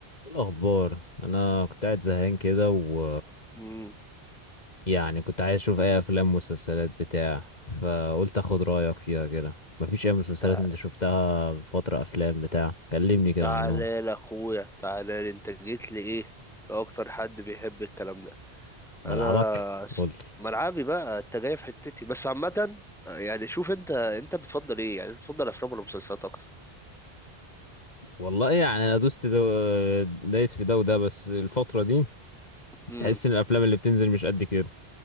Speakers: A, on the left; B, in the centre.
A: إيه الأخبار أنا كنت قاعد زهقان كده و
B: مم.
A: يعني كنت عايز أشوف أي أفلام ومسلسلات بتاع فقلت أخد رأيك فيها كده مفيش أي مسلسلات
B: تع-
A: أنت شفتها الفترة أفلام بتاع كلمني كده
B: تعالى
A: عنهم
B: لي اخويا تعالى لي انت جيت لي ايه لو اكتر حد بيحب الكلام ده
A: ملعبك
B: انا س-
A: قلت
B: ملعبي بقى انت جاي في حتتي بس عامة يعني شوف انت انت بتفضل ايه يعني بتفضل افلام ولا مسلسلات اكتر
A: والله يعني أنا دوست دو... دايس في ده وده بس الفترة دي
B: امم
A: تحس إن الأفلام اللي بتنزل مش قد كده